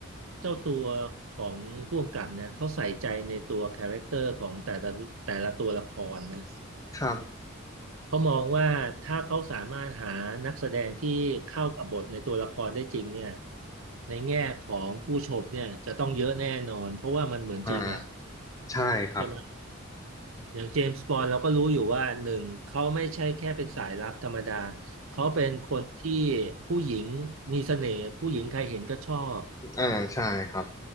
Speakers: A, on the right; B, on the left.
A: เจ้าตัวของผู้กำกับเนี่ยเขาใส่ใจในตัวคาแรคเตอร์ของแต่ละแต่ละตัวละครนะ
B: ครับ
A: เขามองว่าถ้าเขาสามารถหานักแสดงที่เข้ากับบทในตัวละครได้จริงเนี่ยในแง่ของผู้ชมเนี่ยจะต้องเยอะแน่นอนเพราะว่ามันเหมือนจริงอ่ะ
B: อ่าใช่ครับ
A: ใช่ไหมอย่างเจมส์บอนด์เราก็รู้อยู่ว่าหนึ่งเขาไม่ใช่แค่เป็นสายลับธรรมดาเขาเป็นคนที่ผู้หญิงมีเสน่ห์ผู้หญิงใครเห็นก็ชอบ
B: อ่าใช่ครับ